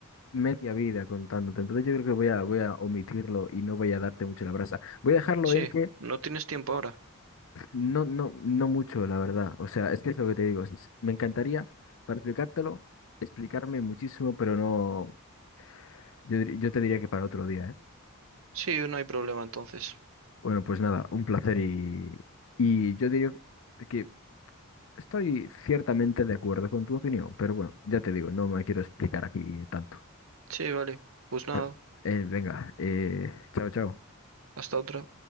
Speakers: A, on the left (about 60°); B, on the right (about 65°).
A: media vida contándote. Entonces yo creo que voy a, voy a omitirlo y no voy a darte mucho la brasa. Voy a dejarlo
B: Sí,
A: en que
B: no tienes tiempo ahora.
A: no, no, no mucho, la verdad. O sea, es que es lo que te digo. es- me encantaría, para explicártelo, explicarme muchísimo, pero no. Yo, dir- yo te diría que para otro día, ¿eh?
B: Sí, no hay problema entonces.
A: Bueno, pues nada, un placer y, y yo diría que estoy ciertamente de acuerdo con tu opinión, pero bueno, ya te digo, no me quiero explicar aquí tanto.
B: Sí, vale. Pues nada,
A: Ah, eh, venga, eh, chao, chao.
B: hasta otra.